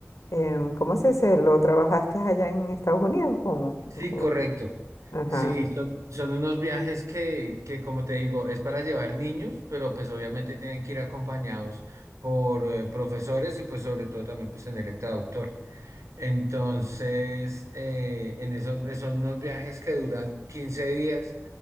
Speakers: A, on the left; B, on the right.
A: Em, ¿cómo se dice? ¿Lo trabajaste allá en Estados Unidos? ¿Cómo?
B: Sí,
A: ¿Cómo?
B: correcto.
A: Ajá,
B: Sí, son, son unos viajes que, que, como te digo, es para llevar niños, pero pues obviamente tienen que ir acompañados por eh, profesores y pues sobre todo también pues tener el traductor. Entonces, eh, en esos, esos unos viajes que duran 15 días,